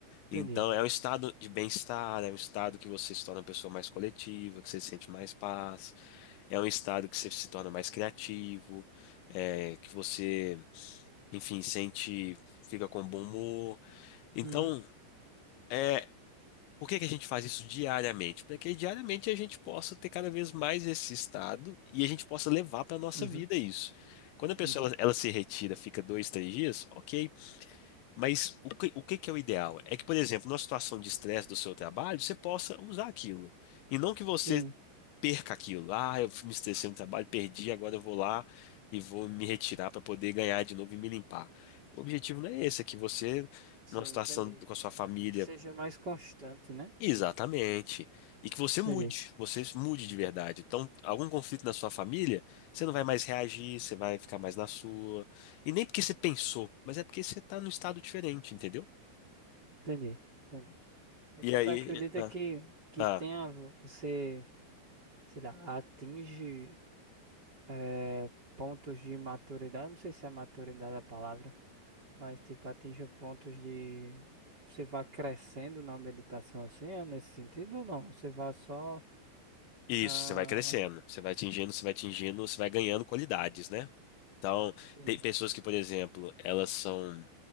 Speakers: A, on the left (about 80°); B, on the right (about 25°).
A: Então,
B: Entendi.
A: é um estado de bem-estar, é um estado que você se torna uma pessoa mais coletiva, que você sente mais paz, é um estado que você se torna mais criativo, é, que você, enfim, sente, fica com bom humor. Então,
B: Uhum,
A: é, por que que a gente faz isso diariamente? Para que diariamente a gente possa ter cada vez mais esse estado e a gente possa levar para a nossa
B: uhum,
A: vida isso. Quando a pessoa
B: uhum.
A: ela, ela se retira, fica dois, três dias, ok. Mas o que, o que que é o ideal? É que, por exemplo, numa situação de estresse do seu trabalho, você possa usar aquilo. E não que você
B: Sim,
A: perca aquilo. Ah, eu me estressei no trabalho, perdi, agora eu vou lá e vou me retirar para poder ganhar de novo e me limpar. O objetivo não é esse, é que você,
B: sim,
A: numa situação
B: entendi.
A: com a sua família,
B: Seja mais constante, né?
A: Exatamente. E que você mude,
B: Entendi,
A: você mude de verdade. Então, algum conflito na sua família, você não vai mais reagir, você vai ficar mais na sua. E nem porque você pensou, mas é porque você está num estado diferente, entendeu?
B: entendi, entendi. Então
A: E aí,
B: tu acredita
A: ah,
B: que, que
A: ah,
B: tenha, você, sei lá, atinge eh, pontos de maturidade, não sei se é maturidade a palavra, mas tipo, atinge pontos de, você vai crescendo na meditação assim, é nesse sentido ou não? Você vai só,
A: isso,
B: ah,
A: você vai crescendo, você vai atingindo, você vai atingindo, você vai ganhando qualidades, né? Então,
B: sim,
A: tem pessoas que, por exemplo, elas são